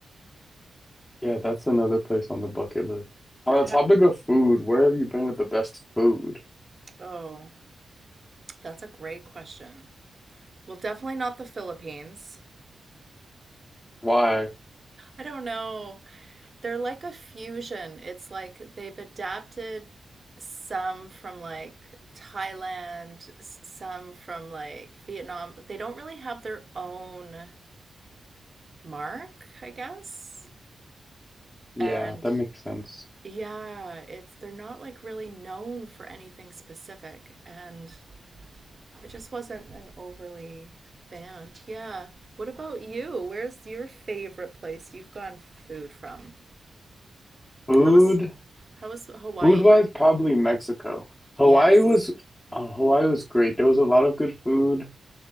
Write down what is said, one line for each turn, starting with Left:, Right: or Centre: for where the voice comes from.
Left: Yeah, that's another place on the bucket list. On the
Right: Yeah.
Left: topic of food, where have you been with the best food?
Right: oh that's a great question well definitely not the philippines
Left: Why?
Right: i don't know They're like a fusion. It's like they've adapted some from like Thailand, some from like Vietnam. They don't really have their own mark, I guess.
Left: Yeah,
Right: And
Left: that makes sense.
Right: yeah, it's they're not like really known for anything specific. And I just wasn't an overly fan. Yeah. What about you? Where's your favorite place you've gone food from?
Left: Food,
Right: How was how was Hawaii?
Left: food-wise, probably Mexico. Hawaii
Right: Yes.
Left: was, uh, Hawaii was great. There was a lot of good food,